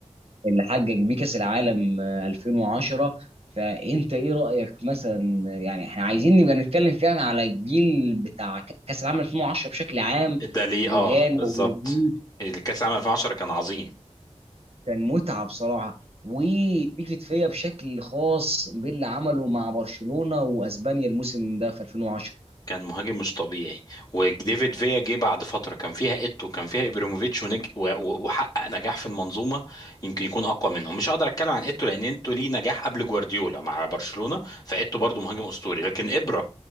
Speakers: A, on the right; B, on the left.
A: اللي حقق بيه كاس العالم آه، 2010 فانت ايه رايك مثلا آه، يعني احنا عايزين نبقى نتكلم فعلا على الجيل بتاع كاس العالم 2010 بشكل عام
B: ده ليه
A: وغانا
B: اه بالظبط
A: واوروجواي
B: الكاس العالم 2010 كان عظيم
A: كان متعة بصراحة وبيفت فيا بشكل خاص باللي عمله مع برشلونة واسبانيا الموسم ده في 2010
B: كان مهاجم مش طبيعي وديفيد فيا جه بعد فتره كان فيها ايتو كان فيها ابريموفيتش ونج... و... و- وحقق نجاح في المنظومه يمكن يكون اقوى منهم مش هقدر اتكلم عن ايتو لان ايتو ليه نجاح قبل جوارديولا مع برشلونه فايتو برضو مهاجم اسطوري لكن ابرا